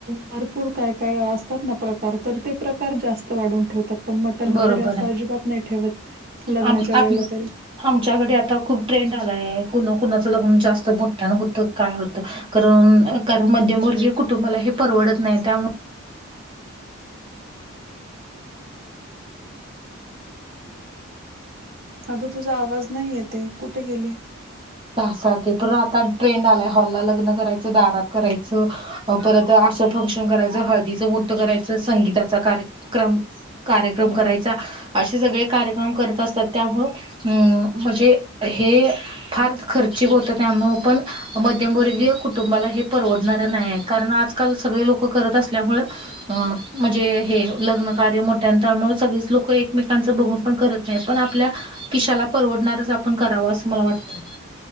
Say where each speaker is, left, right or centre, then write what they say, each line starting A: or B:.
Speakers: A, on the right; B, on the right.
A: भरपूर काय काय असतात ना प्रकार तर ते प्रकार जास्त वाढून ठेवतात आपण मटन वगैरे
B: बरोबर
A: असं
B: आहे
A: अजिबात नाही ठेवत लग्नाच्या
B: आम आम
A: वेळेला तरी
B: आमच्याकडे आता खूप ट्रेंड आलाय कुणा कुणाचं लग्न जास्त मोठठ्यान होतं काय होतं कारण कारण मध्यमवर्गी कुटुंबाला हे परवडत नाही त्यामुळे
A: अगं तुझा आवाज नाही येते कुठे गेली
B: तसाल ते पण आता ट्रेंड आलाय हॉलला लग्न करायचं दारात करायचं परत असं फंक्शन करायचं हळदीचं मोठं करायचं संगीताचा कार्यक्रम कार्यक्रम करायचा असे सगळे कार्यक्रम करत असतात त्यामुं अम म्हणजे हे फार खर्चिक होत त्यामु पण मध्यमवर्गीय कुटुंबाला हे परवडणार नाही आहे कारण आज काल सगळे लोक करत असल्यामुळे अ म्हणजे हे लग्न कार्य मोठ्या त्यामुळे सगळीच लोक एकमेकांच बघून पण करत नाही पण आपल्या किशाला परवडणारच आपण करावं असं मला वाटतं